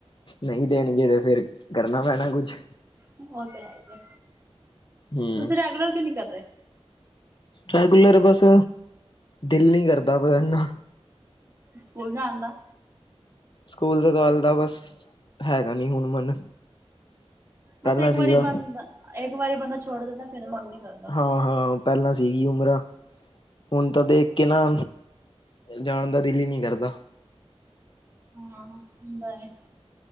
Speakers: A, on the left; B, on the right.
A: ਨਹੀਂ ਦੇਣਗੇ ਤੇ ਫੇਰ ਕਰਨਾ ਪੈਣਾ ਕੁੱਛ।
B: ਉਹ ਤੇ ਹੈ ਹੀ ਐ
A: ਹੂੰ।
B: ਤੁਸੀਂ ਰੈਗੂਲਰ ਕਿਓਂ ਨੀ ਕਰ ਰਹੇ?
A: ਰੈਗੂਲਰ ਬਸ ਦਿਲ ਨਹੀਂ ਕਰਦਾ ਪਿਆ ਇੰਨਾ।
B: ਸਕੂਲ ਜਾਣ ਦਾ
A: ਸਕੂਲ- ਸਕਾਲ ਦਾ ਬਸ ਹੈਗਾ ਨੀ ਹੁਣ ਮਨ। ਪਹਿਲਾਂ
B: ਬਸ ਇੱਕ
A: ਸੀਗਾ।
B: ਵਾਰੀ ਬੰਦਾ ਇੱਕ ਵਾਰੀ ਬੰਦਾ ਛੋੜ ਦਿੰਦਾ ਫੇਰ ਮੰਨ ਨੀ ਕਰਦਾ
A: ਹਾਂ-ਹਾਂ ਪਹਿਲਾਂ ਸੀਗੀ ਉਮਰ ਹੁਣ ਤਾਂ ਦੇਖ ਕੇ ਨਾ ਜਾਣ ਦਾ ਦਿਲ ਹੀ ਨਹੀਂ ਕਰਦਾ।
B: ਹਾਂ ਹੁੰਦਾ ਏ